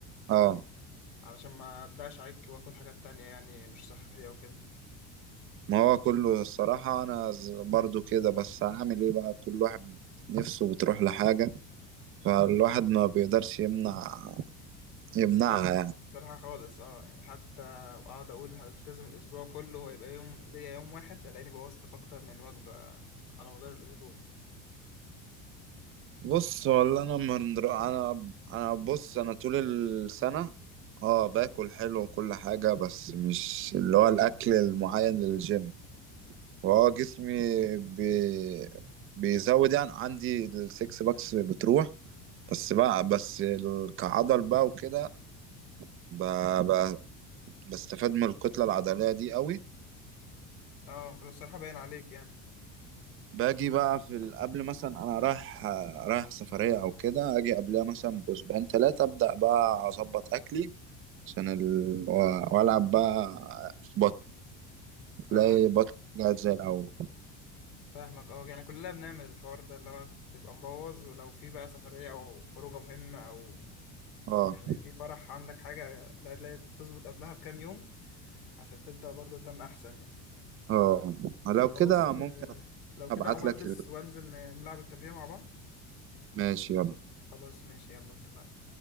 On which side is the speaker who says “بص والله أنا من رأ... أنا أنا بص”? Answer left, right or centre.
Right